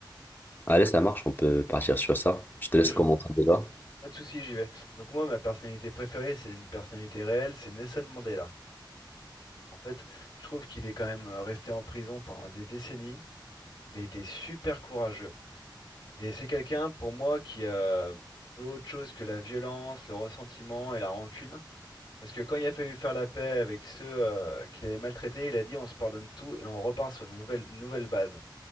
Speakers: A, on the left; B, on the left.
A: Allez, ça marche, on peut partir sur ça. Je te
B: Pas,
A: laisse
B: je-
A: commenter déjà.
B: pas de souci, j'y vais. Donc moi, ma personnalité préférée, c'est une personnalité réelle, c'est Nelson Mandela. En fait, je trouve qu'il est quand même euh, resté en prison pendant des décennies. Il a été super courageux. Et c'est quelqu'un, pour moi, qui euh, veut autre chose que la violence, le ressentiment et la rancune. Parce que quand il a fallu faire la paix avec ceux euh, qu'il avait maltraités, il a dit on se pardonne tout et on repart sur une nouvelle, une nouvelle base.